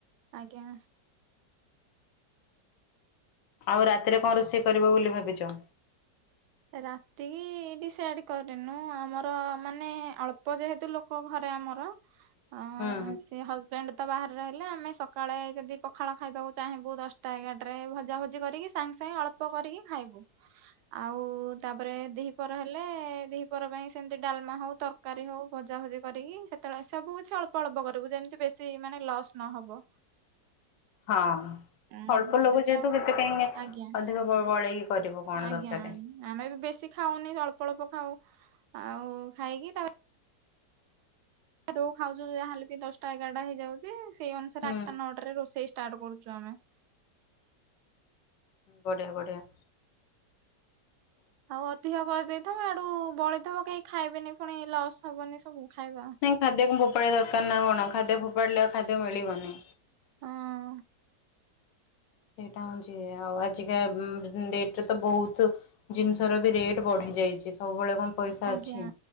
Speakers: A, on the right (about 70°); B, on the left (about 90°).
A: ଆଜ୍ଞା।
B: ଆଉ ରାତିରେ କଣ ରୋଷେଇ କରିବ ବୋଲି ଭାବିଚ।
A: ରାତିକି ବିଡି ସାଇଡ କରିନୁ ଆମର ମାନେ ଅଳ୍ପ ଯେହେତୁ ଲୋକ ଘରେ ଆମର। ଅ
B: ହୁଁ ହୁଁ।
A: ସେିଏ ହ। ଫ୍ରେଣ୍ଡ ତ ବାହାରେହିଲେ ଆମେ ସକାଳେ ଯଦି ପଖାଳ ଖାଇବାକୁ ଚାହିଁବୁ ଦଶଟା ଏଗାରାରେ ଭଜାଭଜି କରିକି। ସାଙ୍ଗେ ସାଙ୍ଗେ ଅଳ୍ପ କରିକି ଖାଇବୁ। ଆଉ ତାପରେ ଦିହିପର ହେଲେ ଦିହିପର ପାଇଁ ସେମିତି ଡାଲମା ହଉ ତରକାରୀ ହଉ। ଭଜାଭଜି କରିକି ସେତେବେଳେ ସବୁ କିଛି ଅଳ୍ପ ଅଳ୍ପ କରିବୁ ଯେମିତି ବେଶୀ ମାନେ ଲସ୍ ନହବ।
B: ହଁ
A: ଉଁ
B: ଅଳ୍ପ ଲୋକ
A: ସେ ତ
B: ଯେହେତୁ କେତେ କାହିଁକ
A: ଆଜ୍ଞା
B: ଅଧିକ ବଳେଇକି। କରିବ କଣ
A: ଆଜ୍ଞା
B: ଦରକାର।
A: ଆମେ ବି ବେଶୀ ଖାଉନି ଅଳ୍ପ ଅଳ୍ପ ଖାଉ ଆଉ ଖାଇକି ତାପରେ। ଉ ଖାଉଛ ଯାହାହଲେ ବି ଦଶଟା ଏଗାରଟା ହେଇଯାଉଛି ସେଇ ଅନୁସାରେ
B: ହୁଁ
A: ଆଠଟା ନଅଟାାରେ ରୋ। ସେଇ ଷ୍ଟାର୍ଟ କରୁଛୁ ଆମେ।
B: ବଢ଼ିଆ ବଢିଆ।
A: ଆଉ ଅଧିକ କରିଦେଇଥବ ଆଡୁ ବଳିେଇଥିବ କେହି ଖାଇବେନି ପୁଣି ଲସ୍ ହବନି ସବୁ ଖାଇବା।
B: ନାଇଁ ଖାଦ୍ୟ ଫୋପାଡି ଦର ନା କଣ ଖାଦ୍ୟ ଫୋପାଡିଲେ ଆଉ ଖାଦ ମିଳିବନି।
A: ହଁ।
B: ସେଇଟା ହଉଛି ଆଉ ଆଜିକା ଡେଟ ରେ ତ ବହୁତ। ଜିନିଷ ର ବି ରେଟ ବଢି ଯାଇଛି ସବୁବେଳେ କଣ ପଇସା
A: ଆଜ୍ଞା
B: ଅଛି